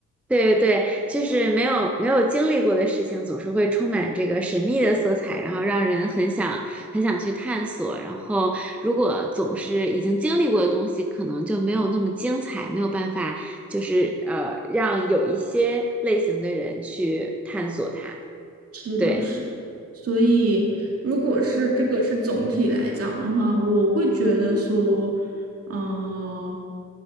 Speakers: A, in the centre; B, on the right.
A: 对对，对，就是没有没有经历过的事情，总是会充满这个神秘的色彩，然后让人很想很想去探索。然后，如果总是已经经历过的东西，可能就没有那么精彩，没有办法，就是呃，让有一些类型的人去探索它。
B: 是的，
A: 对，
B: 是，所以如果是这个是总体来讲的话，我会觉得说，呃，